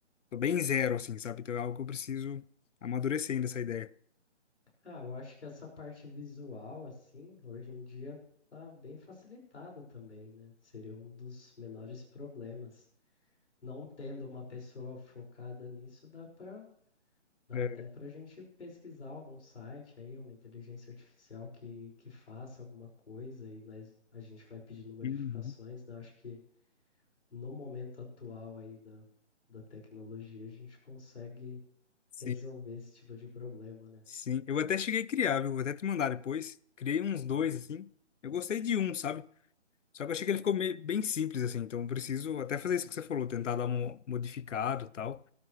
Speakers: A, on the left; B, on the left.
A: Tô bem zero, assim, sabe? Então é algo que eu preciso amadurecer ainda essa ideia.
B: Ah, eu acho que essa parte visual, assim, hoje em dia tá bem facilitada também, né? Seria um dos menores problemas. Não tendo uma pessoa focada nisso, dá pra, dá
A: É.
B: até pra gente pesquisar algum site aí, uma inteligência artificial que, que faça alguma coisa e nós, a gente vai pedindo modificações,
A: Uhum.
B: né? Acho que no momento atual aí da, da tecnologia, a gente consegue
A: Sim,
B: resolver esse tipo de problema,
A: sim. Eu até cheguei a criar, viu? Vou até te mandar depois. Criei uns dois, assim. Eu gostei de um, sabe? Só que eu achei que ele ficou meio, bem simples, assim. Então eu preciso até fazer isso que você falou, tentar dar um modificado e tal.